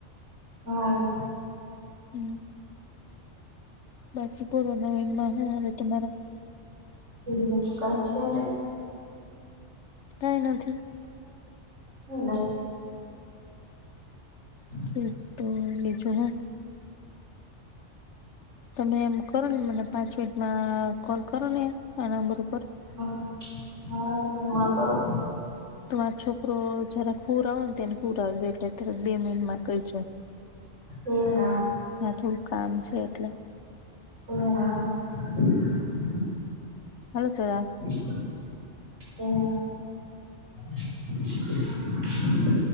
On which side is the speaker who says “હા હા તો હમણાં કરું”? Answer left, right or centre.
Right